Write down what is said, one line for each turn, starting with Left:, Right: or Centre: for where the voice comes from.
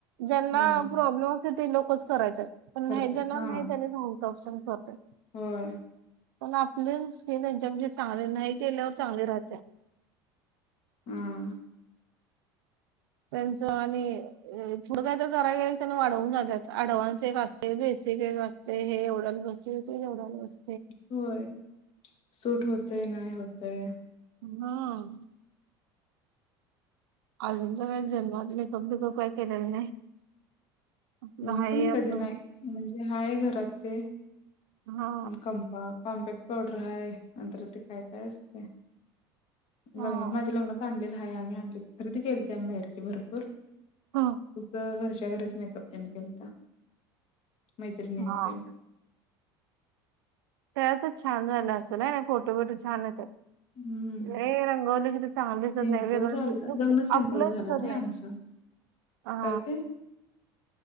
Right: जेंना
Left: हम्म
Right: प्रॉब्लेम ते लोकच करायच. पण
Left: करते
Right: नाही ज्याना
Left: हा
Right: नाही त्यानी <unintelligible> करतंय.
Left: होय
Right: पण आपल स्किन ह्यांच्या चांगल नाही केल्यावर चांगली राहतिया.
Left: हम्म
Right: त्यांचं आणि थोडं काय तर कराय गेल की त्यांना वाढवून सांगत्यात. ऍडव्हान्स एक असतय बेसिक एक असतय हे एवढ्याला बसतय ते तेवढ्याला बसतय.
Left: होय. सूट होतय नाही होतय.
Right: हां. अजून तर काय जन्मात मेकअप बीकअप काय केलेलं नाही. आपलं
Left: मी
Right: हाय
Left: पण
Right: आपलं
Left: कधी नाही म्हणजे हाय घरात ते
Right: हा
Left: कंपा कॉम्पॅक्ट पावडर हाय नंतर ते काय काय असतय.
Right: हा
Left: लग्नात माज्या लग्नात आणलेलं. हाय आम्ही आणली खरेदी केलती आम्ही बाहेर भरपूर.
Right: ह
Left: <unintelligible> आमच्या घरीच मेकअप तेन केलता. मैत्रीणींन
Right: हा
Left: तेन.
Right: त्यातच छान झालं अस नाय फोटो बिटो छान येतात.
Left: हम्म
Right: नही रंगवलं कि ते चांगल दिसत
Left: सिम्पल
Right: नाही वेगळंस
Left: झालं
Right: दिसत
Left: लग्न सिम्पल
Right: आपलं
Left: झालं
Right: दिसत नाही.
Left: आमचं
Right: हा.
Left: काय ते